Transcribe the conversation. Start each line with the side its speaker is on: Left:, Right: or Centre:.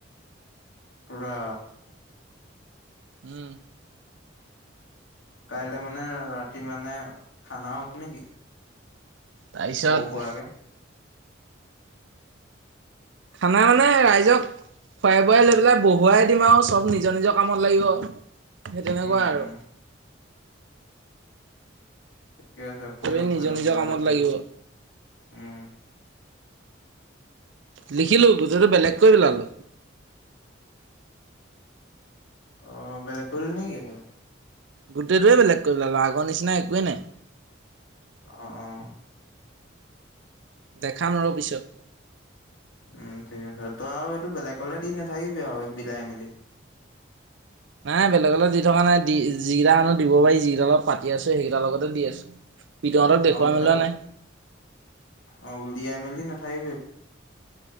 Left: পোৰা।
Right: উম।
Left: কাইলৈ মানে ৰাতি মানে খানা হ'ব নেকি?
Right: তাৰপিছত
Left: সৰু সুৰাকে
Right: খানা মানে, ৰাইজক খুৱাই বোৱাই লৈ পেলাই বহুৱাই দিম আৰু চব নিজৰ নিজৰ কামত লাগিব। সেই তেনেকুৱা
Left: উম উম
Right: আৰু।
Left: ঠিকে আছে কৰি
Right: চবেই
Left: ল
Right: নিজৰ
Left: কৰি ল
Right: নিজৰ
Left: সোনকালে
Right: কামত
Left: কৰি
Right: লাগিব।
Left: ল। উম।
Right: লিখিলো <unintelligible> বেলেগকৈ পেলালো।
Left: অ, বেলেগ কৰিল নেকি?
Right: গোটেইটোৱে বেলেগ কৰি পেলালো আগৰ নিচিনা একোৱেই নাই।
Left: অ, অ।
Right: দেখাম ৰ পিছত।
Left: উম ঠিক আছে তই আৰু এইটো বেলেগ'লে দি নাথাকিবি আৰু বিলাই মেলি।
Right: নাই বেলেগ'লে দি থকা নাই দি জিৰা আনো দিব
Left: অ
Right: পাৰি জৰা অলপ ফাট কি আছ সেইকেইটা লগতে দি আছো। পিতহঁতক দেখুৱাই
Left: অ <unintelligible> উল
Right: মেলোৱা নাই
Left: অ উলদিয়াই মেলি নথ <inaudible>